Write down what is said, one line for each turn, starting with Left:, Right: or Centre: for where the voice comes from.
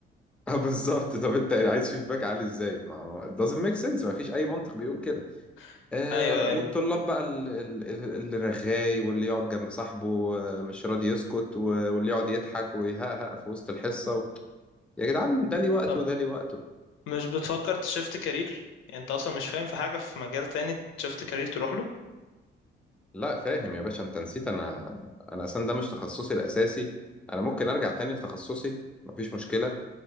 Centre: <laughs> اه بالظبط طب انت عايز فيدباك عالي ازاي ما هو it doesn't make sense ما فيش اي منطق بيقول كده
Left: <laughs>
Centre: آه
Left: ايوه ايوه
Centre: والطلاب بقى ال- ال- ال- اللي رغاي واللي يقعد جنب صاحبه آه، مش راضي يسكت و- واللي يقعد يضحك ويهقهق في وسط الحصة يا جدعان ده لي وقته
Left: طب
Centre: وده لي وقته
Left: مش بتفكر تشفت كارير يعني انت اصلا مش فاهم في حاجة في مجال تاني تشفت كارير تروح له
Centre: لا فاهم يا باشا انت نسيت انا انا اصلا ده مش تخصصي الاساسي انا ممكن ارجع تاني لتخصصي مفيش مشكله